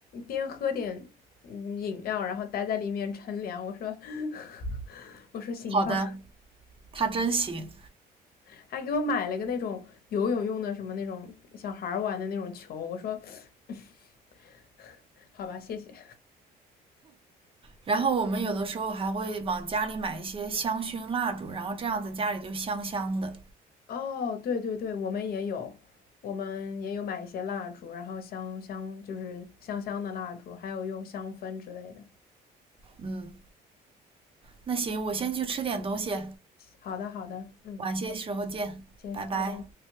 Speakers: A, on the left; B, on the right.
A: 边喝点嗯饮料，然后待在里面乘凉。我说，<laughs> 我说行吧，
B: 好的，他真行。
A: 还给我买了个那种游泳用的什么那种小孩玩的那种球。我说，<laughs> 好吧，谢谢。
B: 然后我们有的时候还会往家里买一些香薰蜡烛，然后这样子家里就香香的。
A: 哦，对对对，我们也有，我们也有买一些蜡烛，然后香香就是香香的蜡烛，还有用香氛之类的。
B: 嗯，那行，我先去吃点东西，
A: 好的，好的，嗯，
B: 晚些时候见，
A: 行，
B: 拜拜。
A: 拜拜。